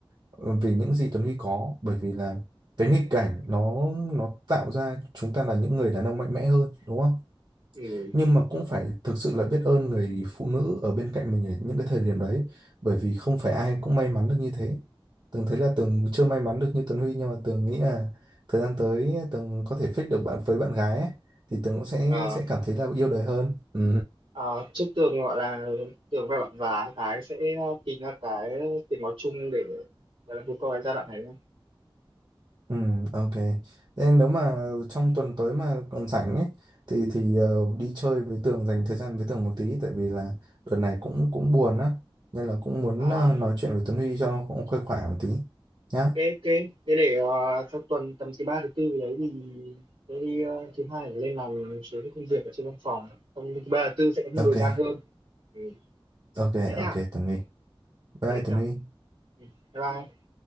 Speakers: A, on the right (about 55°); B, on the right (about 80°).
A: ờ, về những gì Tuấn Huy có bởi vì là cái nghịch cảnh nó nó tạo ra chúng ta là những người đàn ông mạnh mẽ hơn đúng không
B: ừ,
A: nhưng mà cũng phải thực sự là biết ơn người phụ nữ ở bên cạnh mình ở những cái thời điểm đấy bởi vì không phải ai cũng may mắn được như thế Tường thấy là Tường chưa may mắn được như Tuấn Huy nhưng mà Tường nghĩ là thời gian tới Tường có thể fix được bạn với bạn gái ấy, thì Tường cũng sẽ
B: ờ,
A: sẽ cảm thấy là yêu đời hơn ừ.
B: ờ, chúc Tường gọi là Tường và bạn và Thái sẽ ờ, tìm ra cái tiếng nói chung để gọi là vượt qua cái giai đoạn này nhé
A: Ừ, ok. Thế nếu mà trong tuần tới mà còn rảnh ấy thì thì ờ, đi chơi với Tường dành thời gian với Tường một tí tại vì là đợt này cũng cũng buồn á nên là cũng muốn
B: À,
A: ờ, nói chuyện với Tuấn Huy cho nó cũng khuây khỏa một tí nhá.
B: thế thế thế để ờ, sau tuần tầm thứ ba thứ tư gì đấy thì tôi đi ờ, thứ hai để lên làm một số cái công việc ở trên văn phòng xong thứ ba thứ tư sẽ có nhiều
A: Ok,
B: thời gian hơn ừ.
A: ok,
B: thế nhá
A: ok Tuấn Huy. Bye
B: ok
A: Tuấn
B: chào
A: Huy.
B: ừ. bye bye